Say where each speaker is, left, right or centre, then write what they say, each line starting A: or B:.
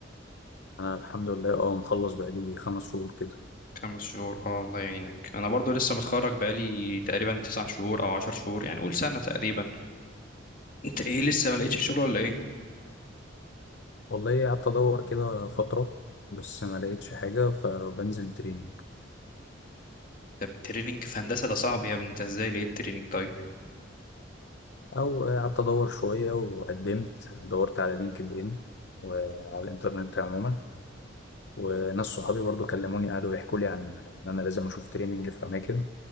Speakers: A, on the left (about 60°); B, on the left (about 45°).
A: انا الحمد لله اه مخلص بقالي خمس شهور كده
B: خمس شهور اه الله يعينك انا برضو لسه متخرج بقالي تقريبا تسع شهور او عشر شهور يعني قول سنة تقريبا انت ايه لسه ما لقيتش شغل ولا ايه
A: والله قعدت ادور كده فترة بس ما لقيتش حاجة فبنزل تريننج
B: ده التريننج في هندسة ده صعب يا ابني انت ازاي لقيت تريننج طيب
A: او قعدت ادور شوية وقدمت دورت على لينكد ان وعلى الانترنت عموما وناس صحابي برضو كلموني قعدوا يحكوا لي عن ان انا لازم اشوف تريننج في اماكن